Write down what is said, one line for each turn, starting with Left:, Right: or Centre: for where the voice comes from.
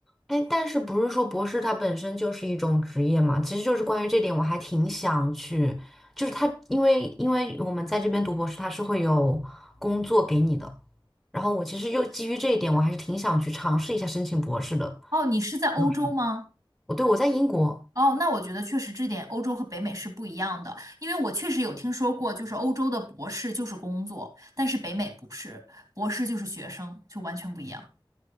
Centre: 哎，但是不是说博士它本身就是一种职业嘛？其实就是关于这点，我还挺想去，就是它，因为因为我们在这边读博士，它是会有工作给你的。然后我其实又基于这一点，我还是挺想去尝试一下申请博士的。
Right: 哦，你是在欧洲吗？
Centre: 嗯我对我在英国
Right: 哦，那我觉得确实这点欧洲和北美是不一样的，因为我确实有听说过，就是欧洲的博士就是工作，但是北美不是，博士就是学生，就完全不一样。